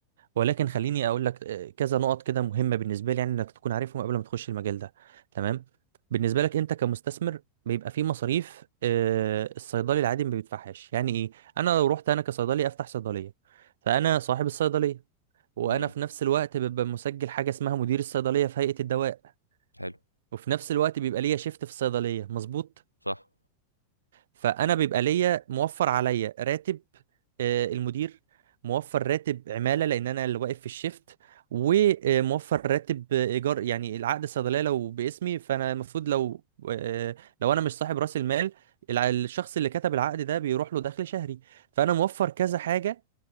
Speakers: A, on the right (about 60°); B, on the left (about 85°).
A: ولكن خليني اقول لك آه، كذا نقط كده مهمه بالنسبه لي يعني انك تكون عارفهم قبل ما تخش المجال ده تمام بالنسبه لك انت كمستثمر بيبقى في مصاريف آه، الصيدلي العادي ما بيدفعهاش يعني ايه انا لو رحت انا كصيدلي افتح صيدليه فانا صاحب الصيدليه وانا
B: امم
A: في نفس الوقت ببقى مسجل حاجه اسمها مدير الصيدليه في هيئه الدواء
B: حلو
A: وفي نفس الوقت بيبقى ليا شيفت في الصيدليه مظبوط
B: صح
A: فانا بيبقى ليا موفر عليا راتب آه، المدير موفر راتب عماله لان انا اللي واقف في الشيفت وموفر راتب آه، ايجار يعني العقد الصيدليه لو باسمي فانا المفروض لو آه، لو انا مش صاحب راس المال الع- الشخص اللي كتب العقد ده بيروح له دخل شهري فانا موفر كذا حاجه